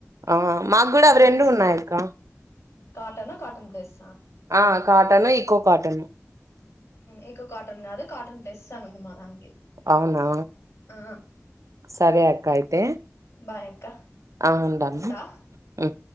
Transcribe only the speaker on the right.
ఆ మాకు కూడా
అవి రెండూ ఉన్నాయక్క
ఆ కాటన్ ఈకో కాటన్
అవునా
సరే అక్క అయితే
ఆ ఉండను
ఉ